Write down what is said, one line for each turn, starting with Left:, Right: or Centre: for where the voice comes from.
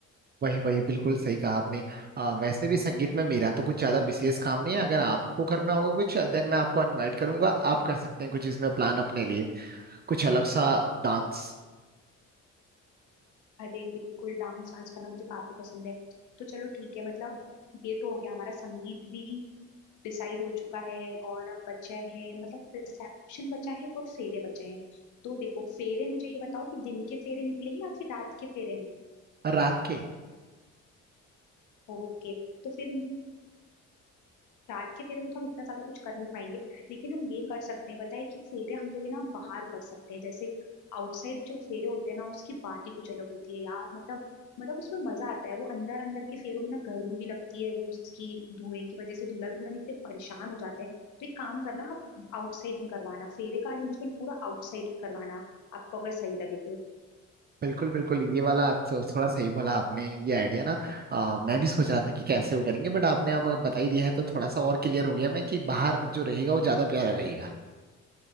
Right: वही वही बिल्कुल सही कहा आपने अ, वैसे भी संगीत में मेरा तो कुछ ज्यादा विशेष काम नहीं है अगर आपको करना होगा कुछ देन मैं आपको इनवाइट करूंगा आप कर सकते हैं कुछ इसमें प्लान अपने लिए कुछ अलग सा डांस
Left: अरे बिल्कुल डांस डांस करना मुझे काफी पसंद है तो चलो ठीक है मतलब ये तो हो गया हमारा संगीत भी डिसाइड हो चुका है और अब बचा है मतलब रिसेप्शन बचा है और फेरे बचे हैं तो देखो फेरे मुझे ये बताओ कि दिन के फेरे निकले हैं या फिर रात के फेरे हैं
Right: रात के
Left: ओके तो फिर रात के फेरे में तो हम इतना ज्यादा कुछ कर नहीं पाएंगे लेकिन हम ये कर सकते हैं बताए कि फेरे हम लोग है ना बाहर कर सकते हैं जैसे आउटसाइड जो फेरे होते हैं ना उसकी बात ही कुछ अलग होती है यार मतलब मतलब उसमें मजा आता है वो अंदर अंदर के फेरों में ना गर्मी भी लगती है वो उसकी धुएं की वजह से दूल्हा दुल्हन इतने परेशान हो जाते हैं तो एक काम करना आप आउटसाइड में करवाना फेरे का अरेंजमेंट पूरा आउटसाइड करवाना आपको अगर सही लगे तो
Right: बिल्कुल बिल्कुल ये वाला थो- थोड़ा सही बोला आपने ये आइडिया ना आ, मैं भी सोच रहा था कि कैसे वो करेंगे बट आपने अब बता ही दिया है तो थोड़ा सा और क्लियर हो गया मैं कि बाहर जो रहेगा वो ज्यादा प्यारा रहेगा